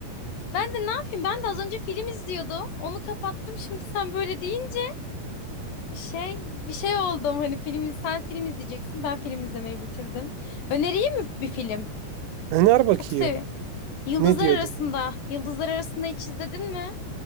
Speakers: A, on the left; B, on the right.
A: ben de ne yapayım ben de az önce film izliyordum onu kapattım şimdi sen böyle deyince şey bir şey oldum hani film sen film izleyeceksin ben film izlemeyi bitirdim. Önereyim mi bir film?
B: Öner bakayım.
A: Çok seviyorum. Yıldızlar
B: Ne diyordun?
A: Arasında. Yıldızlar Arasında hiç izledin mi?